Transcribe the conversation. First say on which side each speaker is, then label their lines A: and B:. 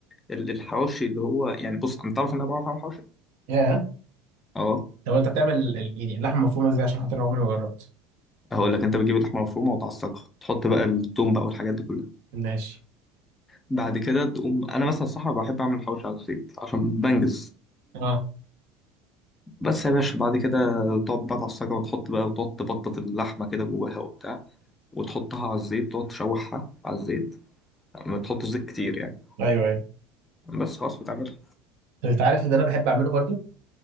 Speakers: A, on the left; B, on the right.
A: ال- الحواوشي اللي هو يعني بص انت تعرف ان انا بعرف اعمل حواوشي
B: ياه
A: اه
B: طب انت بتعمل ال- ال- يعني اللحمه المفرومه ازاي عشان خاطر أنا عمري ما جربت
A: هقول لك انت بتجيب اللحمه المفرومه وتعصجها تحط بقى التوم بقى والحاجات دي كلها
B: ماشي
A: بعد كده تقوم انا مثلا الصراحه بحب اعمل حواوشي على الزيت عشان بنجز
B: اه
A: بس يا باشا بعد كده تقعد بقى تعصجها وتحط بقى وتقعد تبطط اللحمة كده جواها وبتاع وتحطها على الزيت تقعد تشوحها على الزيت ما تحطش زيت كتير يعني
B: ايوه ايوه
A: بس خلاص وتعملها
B: انت عارف ان انا بحب اعمله برضو